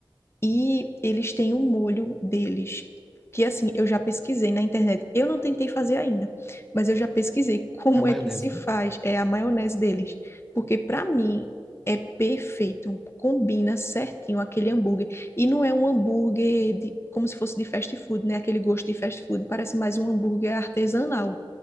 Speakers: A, on the left; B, in the centre.
A: E eles têm um molho deles, que assim, eu já pesquisei na internet. Eu não tentei fazer ainda, mas eu já pesquisei <laughs> como
B: A maionese,
A: é que se
B: né?
A: faz é a maionese deles, porque para mim é perfeito, combina certinho aquele hambúrguer e não é um hambúrguer de, como se fosse de fast food, né? Aquele gosto de fast food, parece mais um hambúrguer artesanal.